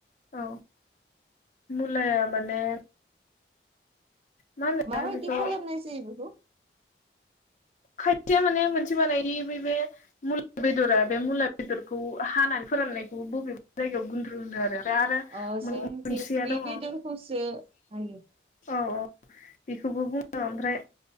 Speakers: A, on the left; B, on the right.
A: औ
B: <inaudible>
A: मुलाया माने मा होनो
B: माबायदि
A: बेखौ
B: खालामनाय जायो बेखौ
A: खायसेया माने मोनसे बानायो बे मुला बेदरा बे मुला बेदरखौ हानानै फोरान खौबो बबेबा जायगायाव गुन्द्रु होनो आरो आरो
B: अ
A: मोनसेया
B: जोंथिं बे
A: दङ
B: बेदरखौसो हायो
A: औ औ बेखौबो बुङो ओमफ्राय